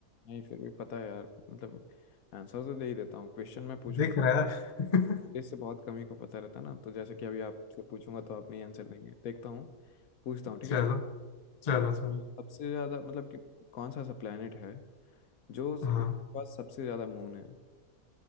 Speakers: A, on the left; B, on the left.
A: नहीं फिर भी पता है यार मतलब आंसर तो दे ही देता हूँ क्वेश्चन मैं पूछूंगा
B: दिख रहा है
A: इससे
B: <laughs>
A: बहुत कम ही को पता रहता ना तो जैसे कि अभी आपसे पूछूंगा तो आप नहीं आंसर देंगे देखता हूँ पूछता हूँ ठीक
B: चलो
A: है
B: चलो
A: हाँ। सबसे
B: चलो
A: ज़्यादा मतलब कि कौन सा ऐसा प्लेनेट है जो उसके
B: हाँ
A: पास सबसे ज़्यादा मून है